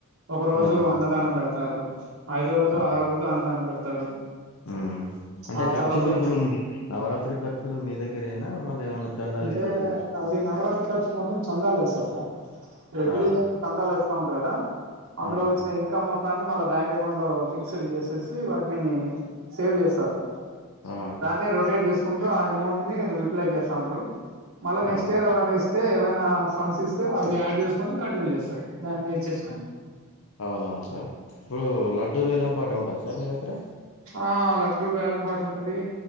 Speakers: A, on the right; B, on the left.
A: ఒక రోజు
B: ఆ
A: అన్నదానం పెడతారు ఐదో రోజు
B: ఆ
A: ఆరో రోజు అన్నదానం పెడతారు
B: ఉమ్ అంటే
A: ఆ
B: ఖర్చులు
A: తర్వాత
B: ఇప్పుడు నవరాత్రి ఖర్చులు మీ దగ్గరేనా మళ్ళీ ఏమైన్నా చందాలు
A: అంటే
B: గిట్లా వసూలు చేస్
A: అది నవరాత్రి కాచులు మొత్తం చందా లేస్తామ్ సార్ ఎవ్రీ
B: ఆ
A: ఇయర్ చందాలు ఎస్తా ఉంటారు కదా అందులో
B: ఆ
A: వచ్చిన ఇన్కమ్ మొత్ దాన్ని మళ్ళ బ్యాంక్ అకౌంట్ లో ఫిక్స్డ్ చేసేసి వాటిని సేవ్ చేస్తారు
B: ఆ
A: దాన్ని రొటేట్ చేసుకుంటూ ఆ అమౌంట్ ని రిప్లై చేస్తా ఉంటారు మళ్ళా నెక్స్ట్
B: ఆ
A: ఇయర్ ఎవరనా ఎస్ టె ఏమైనా ఫండ్స్ ఇస్తే అవి యాడ్ చేసుకొని కంటిన్యూ చేస్తారు దాన్ని బేస్ చేసుకొని
B: అవునవును సార్ ఇప్పుడు లడ్డు వేలం పాట ఉంటది సార్ మీ దగ్గర
A: ఆ లడ్డుూ వేలంపాటు ఉంటది